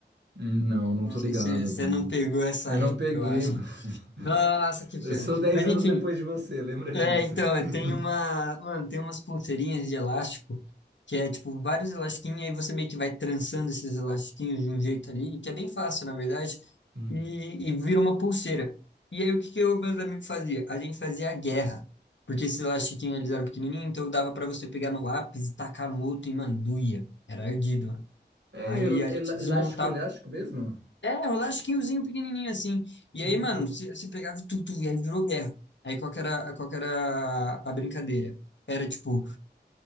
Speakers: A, on the right (about 70°); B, on the left (about 80°).
A: Não, não
B: Não
A: tô
B: sei
A: ligado,
B: se você
A: mano.
B: não pegou essa
A: Eu não
B: época,
A: peguei,
B: eu acho.
A: mano. <laughs>
B: Nossa, que
A: Eu
B: pena.
A: sou 10
B: Mas,
A: anos
B: enfim,
A: depois de você, lembra
B: É,
A: disso?
B: então, é, tem uma,
A: <laughs>
B: mano, tem umas pulseirinhas de elástico que é tipo vários elastiquinhos, aí você meio que vai trançando esses elastiquinhos de um jeito ali, que é bem fácil, na verdade,
A: Hum.
B: e, e vira uma pulseira. E aí o que que eu, meus amigos fazia? A gente fazia a guerra, porque esses elastiquinhos eles eram pequenininhos, então dava pra você pegar no lápis e tacar no outro e, mano, doía. Era ardido, mano.
A: É
B: Aí
A: el-
B: a
A: el-
B: gente
A: elástico,
B: desmontava
A: elástico mesmo?
B: é, é um lasquinhozinho pequenininho assim. E
A: Hum.
B: aí, mano, você você pegava tudo, tu, tu, e aí virou guerra. Aí qual que era, qual que era a brincadeira? Era tipo,